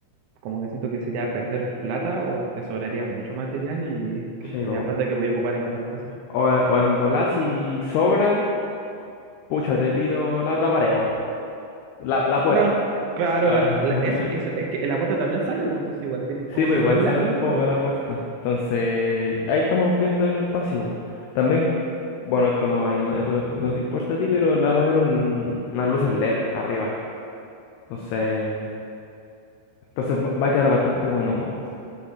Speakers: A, on the right (about 75°); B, on the left (about 85°).
A: como que siento que sería perder plata o tesoraría mucho material y es que
B: sí,
A: sería
B: bo.
A: plata que voy a ocupar en otras cosas.
B: O, o en volar si sobra, pucha, te pido la otra pared, bo. La, la puerta,
A: Claro, claro,
B: claro,
A: cla-
B: <laughs>
A: la-
B: ¿te imaginas?
A: Eso, eso, es que la puerta también sale, pues, entonces igual tenéis como
B: Sí, pero
A: que
B: igual
A: poner LED,
B: sale un
A: yo
B: poco
A: creo.
B: de la puerta. Entonces, ahí estamos viendo el espacio. bo. También, bueno, esto no, ahí no, esto no te importa a ti, pero le voy a poner un, unas luces LED arriba. Entonces, entonces va va a quedar bastante bueno. bo.